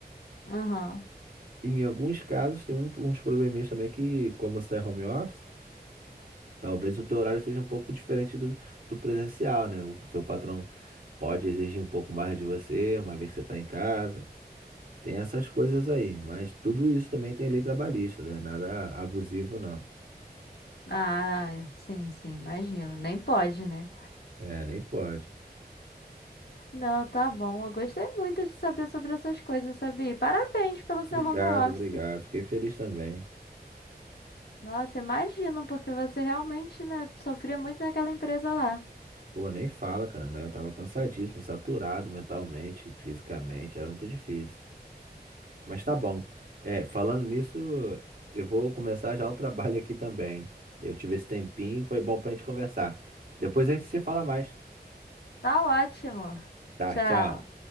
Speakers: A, on the left (about 75°); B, on the right (about 60°).
A: Aham.
B: E Em alguns casos, tem um- uns probleminhas também que, como você está home office, talvez o teu horário seja um pouco diferente do, do presencial, né? O seu patrão pode exigir um pouco mais de você, uma vez que você está em casa. Tem essas coisas aí, mas tudo isso também tem lei trabalhista, né? Nada abusivo, não.
A: Ah, sim, sim, imagino. Nem pode, né?
B: É, nem pode.
A: Não, tá bom. Eu gostei muito de saber sobre essas coisas, sabia? E Parabéns pelo seu
B: Obrigado,
A: home office.
B: obrigado. Fiquei feliz também.
A: Nossa, imagino, porque você realmente, né, sofria muito naquela empresa lá.
B: Pô, nem fala, cara, né? Eu tava cansadíssimo, saturado mentalmente, fisicamente, era muito difícil. Mas tá bom. É, falando nisso, eu vou começar já o trabalho aqui também. Eu tive esse tempinho, foi bom pra gente conversar. Depois a gente se fala mais.
A: Tá ótimo.
B: Tá,
A: Tchau.
B: tchau.